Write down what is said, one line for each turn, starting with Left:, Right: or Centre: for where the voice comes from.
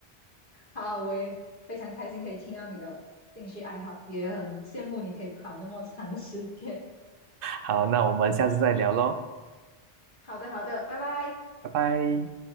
Left: 好，我也非常开心可以听到你的兴趣爱好，也很羡慕你可以跑那么长的时间。
Right: 好，那我们下次再聊喽，
Left: 好的，好的，拜拜。
Right: 拜拜。